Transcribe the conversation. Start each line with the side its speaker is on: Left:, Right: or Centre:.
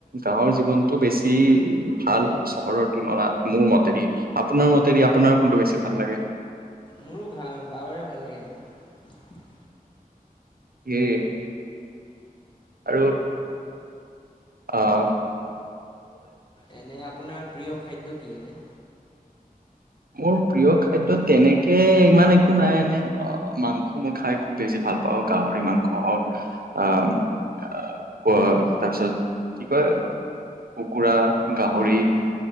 Right: গাঁৱৰ জীৱনতটো বেছি ভাল চহৰৰ তুলনাত মোৰ মতে। আপোনাৰ মতে আপোনাৰ কোনটো বেছি ভাল লাগে?
Left: মোৰো গা গাঁৱৰে ভাল লাগে মানে।
Right: এই। আৰু অহ।
Left: এনে আপোনাৰ প্ৰিয় খাদ্য কি এনে?
Right: মোৰ প্ৰিয় খাদ্য তেনেকে ইমান একো নাই, এনে মাংস মই খাই খুব বেছি ভাল ভাল পাওঁ, গাহৰি মাংসহক আ আহ ক তাৰপিছত কি কয় কুকুৰা গাহৰি,
Left: অঁ, হয়।